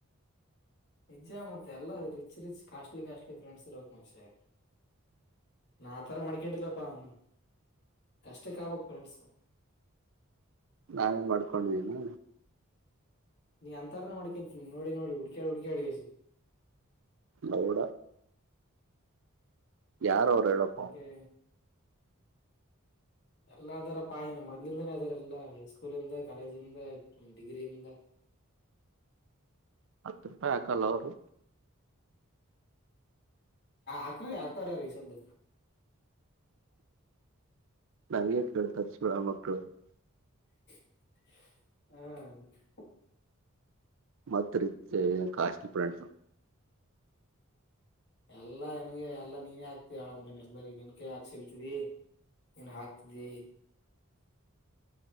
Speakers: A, on the left (about 55°); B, on the right (about 60°).
A: ನಿಜ ಮತ್ತೆ ಎಲ್ಲ rich rich costly costly friends ಇರೋಕ್ ಮುಂಚೆ ನಾ ಆ ತರ ಮಾಡಡಕೊಂಡಿಲ್ಲಪ್ಪ ಅವನ್ ಕಷ್ಟಕ್ಕಾವಕ್ ಪ್ರೆಂಡಸು
B: ನಾೇನ್ ಮಾಡ್ಕೊಂಡಿದ್ದೀನ
A: ನೀ ಅಂತಾರನೆ ಮಾಡಕಂತೀನಿ ನೋಡಿ ನೋಡಿ ಹುಡ್ಕ್ಯಾ ಹುಡ್ಕ್ಯಾ ಅಡ್ಗ
B: ಹೌಡ ಯಾರು ಇಳಪ
A: ಹಂಗೆ ಎಲ್ಲದರ ಪಾಯನ ಮೊದ್ಲಿಂದಾನೇ ಅದಾರೆ ಎಲ್ಲಾ ಸ್ಕೂಲಿಂದ ಕಾಲೇಜಿಂದ ಡಿಗ್ರಿಯಿಂದ <inaudible>
B: ಹತ್ತು ರೂಪಾಯಿ ಹಾಕಲ್ಲ ಅವರು
A: ಆಕ ಆಕಾರ ರ ಈ ಶಬ್ದ
B: ನನಗೆ ಕೇಳ್ತದ ಸ ಮಕ್ಕಳು
A: ಹ್ಮ
B: ಮತ್ ರೀತಿ ಕಾಸ್ಟ್ಲಿ ಪಡಸ
A: ಎಲ್ಲಾ ನನ್ಗೆ ಎಲ್ಲಾ ನೀನೇ ಹಾಕ್ತ ಅವಗ ಎಲ್ರಿ ನನ್ಕ ಹಾಕ್ಸಲ್ತಿದಿ ಏನ್ ಹಾಕ್ತಿದಿ